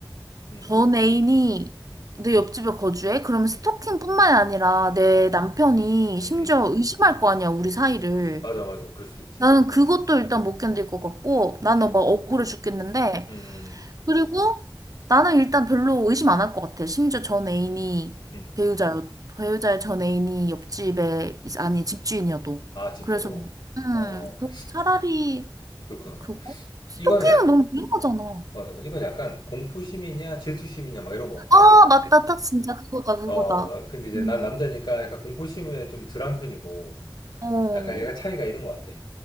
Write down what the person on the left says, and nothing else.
음,
음,
음, 음,
음, 음.
음.
음, 음.
맞아, 맞아. 그럴 수도 있지.
맞아.
음,
음,
음, 음.
음.
아, 진짜로?
어,
그렇구나.
이거는 약,
맞아. 이건 약간 공포심이냐 질투심이냐 막 이런 것 같아.
어, 근데 이제
난 남자니까 약간 공포심에 좀 덜한 편이고,
약간 얘가 차이가 있는 것 같아.